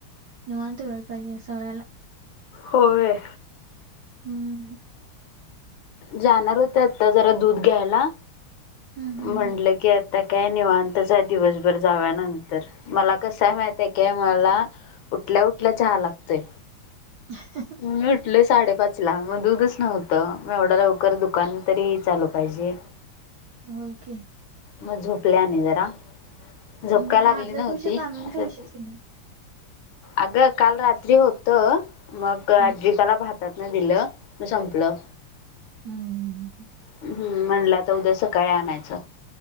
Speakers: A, on the right; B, on the left.
A: निवांत वेळ पाहिजे ह्या सगळ्याला.
B: होय.
A: हम्म.
B: जाणार होत आता जरा दूध घ्यायला
A: हम्म हम्म
B: म्हटलं
A: हम्म.
B: की आ त्या काय निवांतच आहे दिवसभर जावया नंतर मला कसय माहिती आहे काय मला उठल्या उठल्या चहा लागतय.
A: ह.
B: मि ऊटलोय साडेपाच ला मग दूधच नव्हतं म एवढं लवकर दुकान तरी चालू पाहिजे.
A: होय की.
B: मग झोपल्या आणि जरा झोपकाय
A: हम्म
B: लागली
A: मग आदल्या
B: नव्हती
A: दिवशीच आणून
B: असंच
A: ठेवशील की नाही.
B: अगं काल रात्री होत मग आजी
A: हम्म.
B: त्याला म्हणतात न दिलं मग संपलं.
A: हम्म. हम्म.
B: हम् म्हणलं आता उद्या सकाळी आणायचं.